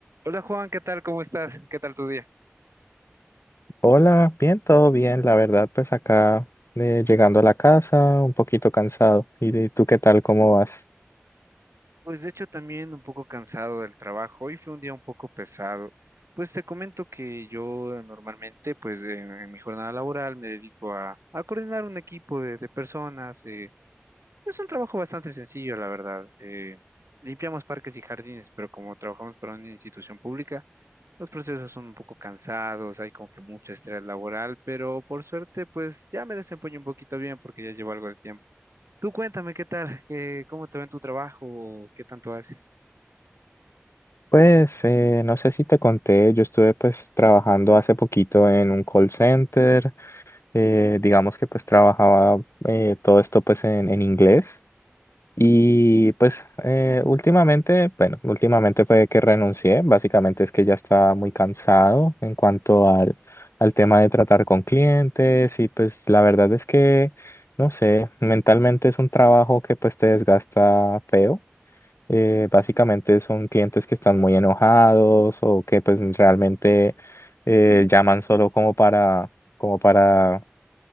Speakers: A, on the right (about 85°); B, on the left (about 70°).
A: Hola Juan, ¿qué tal? ¿Cómo estás? ¿Qué tal tu día?
B: Hola, bien, todo bien, la verdad, pues acá eh, llegando a la casa, un poquito cansado. ¿Y de- tú qué tal? ¿Cómo vas?
A: Pues de hecho también un poco cansado del trabajo. Hoy fue un día un poco pesado. Pues te comento que yo eh, normalmente, pues eh, en mi jornada laboral me dedico a, a coordinar un equipo de, de personas. eh, Es un trabajo bastante sencillo, la verdad. eh, limpiamos parques y jardines, pero como trabajamos para una institución pública, los procesos son un poco cansados, hay como que mucho estrés laboral, pero por suerte, pues ya me desempeño un poquito bien porque ya llevo algo de tiempo. Tú cuéntame qué tal, eh, cómo te va en tu trabajo, qué tanto haces.
B: Pues eh, no sé si te conté, yo estuve pues trabajando hace poquito en un call center, eh, digamos que pues trabajaba eh, todo esto pues en, en inglés. Y pues eh, últimamente, bueno, últimamente fue que renuncié, básicamente es que ya estaba muy cansado en cuanto al, al tema de tratar con clientes y pues la verdad es que, no sé, mentalmente es un trabajo que pues te desgasta feo. Eh, básicamente son clientes que están muy enojados o que pues realmente eh, llaman solo como para, como para